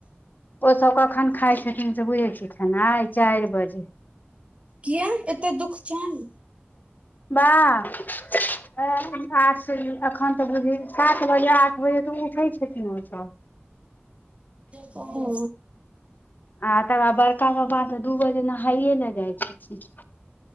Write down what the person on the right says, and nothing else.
किया एते दुख छौई ने
हू